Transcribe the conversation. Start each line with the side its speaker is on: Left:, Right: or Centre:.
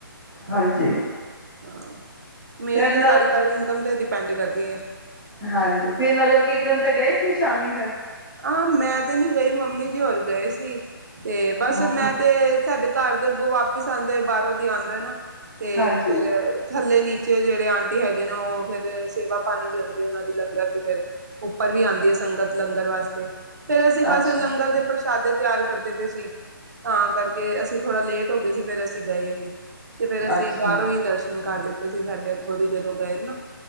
Centre: ਹਾਂਜੀ
Right: ਹਾਂ ਮੇਨ
Centre: ਫੇਰ
Right: ਤੇ
Centre: ਨਗਰ
Right: ਸਾਰੀ ਗੱਲ ਇਨਕਮ ਤੇ ਡਿਪੈਂਡ ਕਰਦੀ ਐ।
Centre: ਹਾਂਜੀ, ਫਿਰ ਨਗਰ ਕੀਰਤਨ ਤੇ ਗਏ ਸੀ ਸ਼ਾਮੀ ਫਿਰ
Right: ਆਹ ਮੈਂ ਤੇ ਨੀ ਗਈ ਮੰਮੀ ਜੀ ਹੋਰ ਗਏ ਸੀ ਤੇ ਬਸ
Centre: ਹਮ
Right: ਮੈਂ ਤੇ ਸਾਡੇ ਘਰ ਦੇ ਅੱਗੋਂ ਵਾਪਿਸ ਆਉਂਦੇ ਬਾਹਰੋਂ ਦੀ ਆਉਂਦਾ ਨਾ ਤੇ
Centre: ਹਾਂਜੀ
Right: ਫਿਰ ਥੱਲੇ- ਨੀਚੇ ਜਿਹੜੇ ਆਂਟੀ ਹੈਗੇ ਨੇ ਉਹ ਫਿਰ ਸੇਵਾ ਪਾਣੀ ਵੀ ਆਉਂਦੀ ਉਹਨਾਂ ਦੀ ਲੰਗਰ ਦੀ ਫਿਰ ਉੱਪਰ ਵੀ ਆਉਂਦੀਆਂ ਏ ਸ ਸੰਗਤ ਲੰਗਰ ਵਾਸਤੇ, ਫਿਰ ਅਸੀਂ ਬਸ
Centre: ਅੱਛਾ
Right: ਲੰਗਰ ਦੇ ਪ੍ਰਸ਼ਾਦੇ ਤਿਆਰ ਕਰਦੇ ਪਏ ਸੀ। ਤਾਂ ਕਰਕੇ ਅਸੀਂ ਥੋੜ੍ਹਾ ਲੇਟ ਹੋ ਗਏ ਸੀ, ਫਿਰ ਅਸੀਂ ਗਏ ਨੀ। ਤੇ ਫਿਰ ਅਸੀਂ
Centre: ਅੱਛਾ
Right: ਬਾਹਰੋਂ ਹੀ ਦਰਸ਼ਨ ਕਰ ਲਿੱਤੇ ਸੀ, ਸਾਡੇ ਅੱਗੋ ਦੀ ਜਦੋਂ ਗਏ ਨਾ,